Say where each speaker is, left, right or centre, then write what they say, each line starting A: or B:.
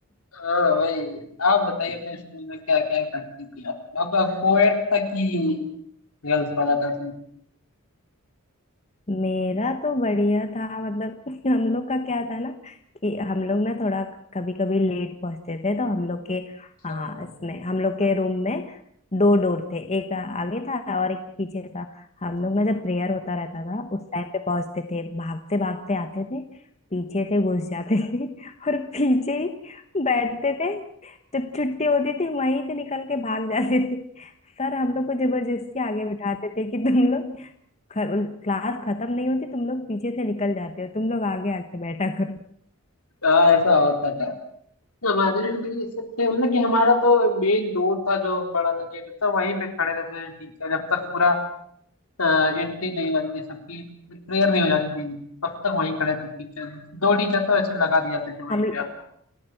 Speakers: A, on the left; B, on the left.
A: हाँ वही आप बताइए अपने स्कूल में क्या क्या करती थी आप आपका कोएड था कि गर्ल्स वाला था
B: मेरा तो बढ़िया था मतलब <laughs> हम लोग का क्या था ना कि हम लोग ना थोड़ा कभी कभी लेट पहुंचते थे तो हम लोग के हाँ
A: हम्म,
B: इसमें हम लोग के रूम में दो डोर थे एक आगे था और एक पीछे था हम लोग ना जब प्रेयर होता रहता था उस टाइम पे पहुंचते थे भागते भागते आते थे पीछे से घुस जाते थे <laughs> और पीछे ही बैठते थे जब छुट्टी होती थी वहीं से निकल के भाग जाते थे सर हम लोग को जबरदस्ती आगे बिठाते थे कि तुम लोग ख, क्लास खत्म नहीं होती तुम लोग पीछे से निकल जाते हो तुम लोग आगे आके बैठा करो
A: हाँ ऐसा होता था हमारे में भी ये सब थे मतलब कि हमारा तो मेन डोर था जो बड़ा लगे था वहीं पे खड़े रहते थे टीचर जब तक पूरा एंट्री नहीं हो जाती थी सबकी प्रेयर नहीं हो जाती थी तब तक वहीं खड़े थे टीचर दो टीचर तो ऐसे लगा दिए जाते थे वहीं
B: हम
A: पे आप